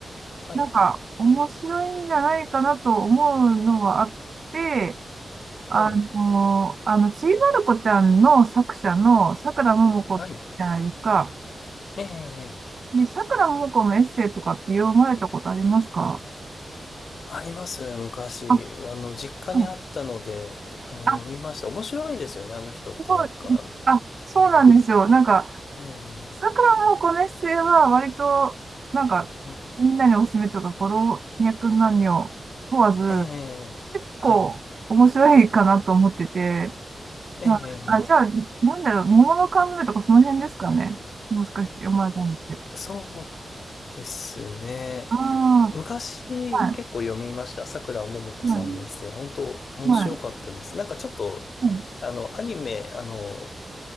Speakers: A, on the left; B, on the right.
A: はい。
B: なんか面白いんじゃないかなと思うのはあって、あの、
A: はい。
B: あの、ちびまる子ちゃんの作者のさくらももこじゃないですか。
A: はい。ええ、
B: で、さくらももこのエッセイとかって読まれたことありますか
A: あります、昔。
B: あ、
A: あの、実家にあったので、
B: うん
A: あの、
B: あ、
A: 読みました。面白いですよね、あの人ってなんか。
B: すごい。あ、そうなんですよ。
A: うん。
B: なんか、
A: ええ、
B: さくらもこねっせいは割と、なんか、
A: うん。
B: みんなにおすすめとか、こ老若男女問わず、
A: ええ、
B: 結構面白いかなと思ってて、
A: はい。ええ、
B: まあ、あ、じゃあ、なんだろう、桃の缶詰とかその辺ですかね。もしかして読まれたのって。
A: そうですね。
B: あ
A: 昔結構読みました。
B: あ、は
A: 桜ももこさんのエッセイ。
B: い、はい、
A: 本当面白かったです。
B: はい、
A: なんかちょっと、
B: うん
A: あの、アニメ、あの、